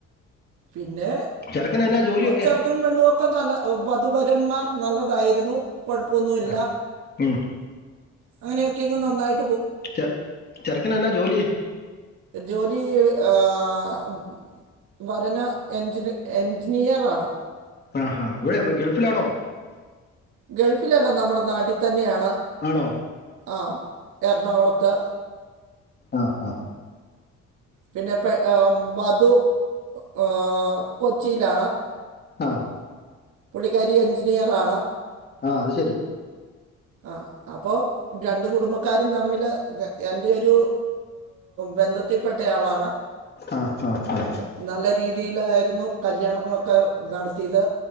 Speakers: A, on the right; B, on the left.
A: പിന്നെ
B: ചെറുക്കന് എന്നാ ജോലിയൊക്കെ
A: ചർച ചെക്കനും പെണ്ണും ഒക്കെ നല്ല, വധുവരന്മാർ നല്ലതായിരുന്നു. കോഴപ്പമൊന്നുല്ല.
B: ആ ഉം.
A: അങ്ങനെയൊക്കെ ഇങ് നന്നായി
B: ചെ ചെറുക്കനന്നാ ജോലി
A: ജോലി ആഹ് വരന് എഞ്ചിന്, എഞ്ചിനീയർ ആണ്.
B: ആഹാ എവിടെ, ഗൾഫിലാണോ
A: ഗൾഫിലല്ല. നമ്മുടെ നാട്ടി തന്നെയാണ്
B: ആണോ
A: ആഹ് എറണാകുളത്ത്
B: ആഹ് ആഹ്
A: പിന്നെ പേ വധു എഹ് കൊച്ചിയിലാണ്
B: ആഹ്
A: പുള്ളിക്കാരി എഞ്ചിനീയറാണ്
B: ആഹ് അത് ശരി
A: ആഹ് അപ്പോ രണ്ട് കുടുംബക്കാരും തമ്മില് എന്റെ ഒരു ബന്ധ ത്തിപ്പെട്ടയാളാണ്
B: ആഹ് ആഹ് ആഹ്
A: ന നല്ല രീതിയിലായിരുന്നു കല്യാണങ്ങളൊക്കെ നടത്തിയത്.